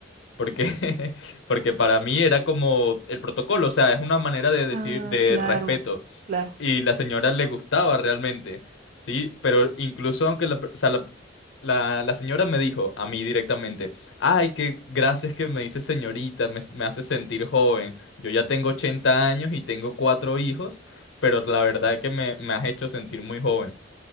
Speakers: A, on the left; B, on the right.
A: Porque, <laughs> porque para mí era como el protocolo, o sea, es una manera de decir
B: Ah,
A: de
B: claro,
A: respeto
B: claro.
A: y la señora le gustaba realmente, ¿sí? Pero incluso aunque la, per- o sea, la, la- la señora me dijo a mí directamente, ay, que gracias que me dices señorita, me, me hace sentir joven. Yo ya tengo 80 años y tengo cuatro hijos, pero la verdad que me, me has hecho sentir muy joven.